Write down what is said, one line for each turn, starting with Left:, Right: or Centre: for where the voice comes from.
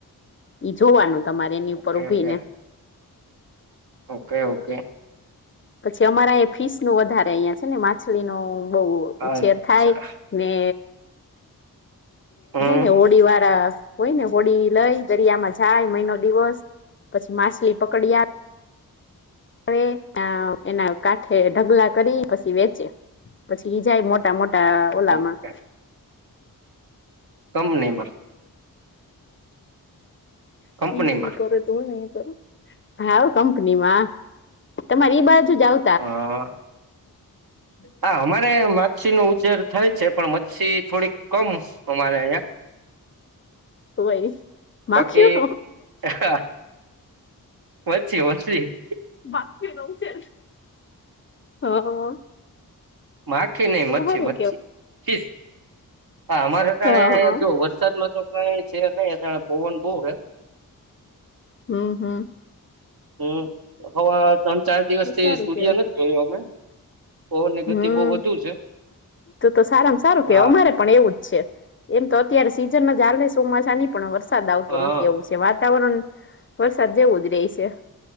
Left: ઈ જોવાનું તમારે એની ઉપર
Right: ઓકે
Left: ઉભી
Right: ઓકે
Left: ને
Right: ઓકે ઓકે
Left: પછી અમારા એ ફીસ નું વધારે અહિયાં છે ને માછલી નો બહુ ઉછેર
Right: અચ્છા
Left: થાય ને
Right: હમ
Left: ને હોડી વારા હોય ને હોડી લઈ દરિયામાં જાય મહિનો દિવસ પછી માછલી પકડ્યા વે એના કાંઠે ઢગલા કરી પછી વેચે. પછી ઈ જાય મોટા મોટા ઓલામાં
Right: ઓકે હું નહીં માં કંપનીમાં
Left: ટીવી કર તું નહી કર હા કંપનીમાં તમારી એઈ બાજુ જ આવ
Right: હા
Left: <inaudible>
Right: હા અમારે માછી નો ઉછેર થાય છે પણ મચ્છી થોડીક કમ અમારે અયા
Left: હોય માખીયન
Right: બાકી <unintelligible>
Left: <unintelligible> ઉછેર હ
Right: માખી નહી,
Left: તો
Right: મચ્છી
Left: હારું
Right: મચછી ફીસ હા, અમારે
Left: કેવાય
Right: અટાણે
Left: હ
Right: જો વરસાદમાં તો કઈ છે નહી અટાણે પવન બહુ હે.
Left: હા, હા.
Right: હમ. હવે, ત્રણ ચાર દિવસથી
Left: સારું
Right: સૂર્ય
Left: કેવાય
Right: નથી જોયો અમે. પવન ની
Left: હમ.
Right: ગતિ બહુ વધુ છે
Left: તું તો સારામાં સારું કે
Right: હા
Left: અમારે પણ એવું જ છે એમ તો અત્યારે સીઝનમાં ચાલેને ચોમાસાની પણ વરસાદ આવતો
Right: હા
Left: નથી એવું છે. વાતાવરણ વરસાદ જેવું જ રેય છે..